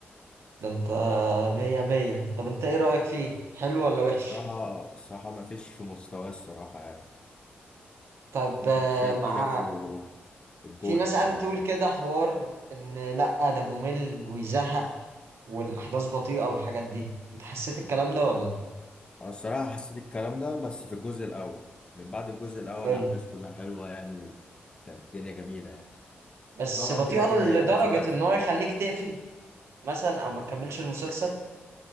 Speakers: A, on the right (about 80°); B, on the left (about 25°).
A: ده انت مية مية طب انت ايه رأيك فيه؟
B: لا
A: حلو ولا وحش؟
B: الصراحة الصراحة ما فيش في مستواه الصراحة يعني
A: طب آه،
B: شا-
A: مع
B: شايفه الجوت
A: في ناس
B: بصراحة
A: قاعدة تقول كده حوار ان لأ ده ممل ويزهق والأحداث بطيئة والحاجات دي انت حسيت الكلام ده ولا؟
B: انا الصراحة حسيت الكلام ده بس في الجزء الاول من بعد الجزء الاول
A: حلو
B: الاحداث كلها حلوة يعني وكانت الدنيا جميلة يعني
A: بس
B: وطبعا
A: بطيئة
B: كده كده
A: لدرجة
B: هي اذواق
A: ان
B: في...
A: هو يخليك تقفل مثلا او ما تكملش المسلسل